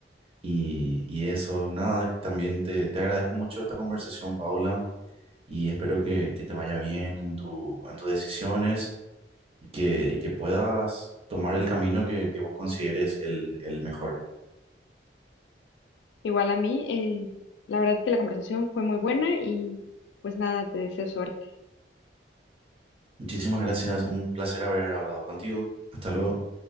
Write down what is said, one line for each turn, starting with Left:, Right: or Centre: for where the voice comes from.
Right: Y, y eso, nada, también te, te agradezco mucho esta conversación, Paula, y espero que, que te vaya bien en tu, en tus decisiones y que, y que puedas tomar el camino que, que vos consideres el, el mejor.
Left: Igual a mí, eh, la verdad que la conversación fue muy buena y pues nada, te deseo suerte.
Right: Muchísimas gracias, un placer haber hablado contigo. Hasta luego.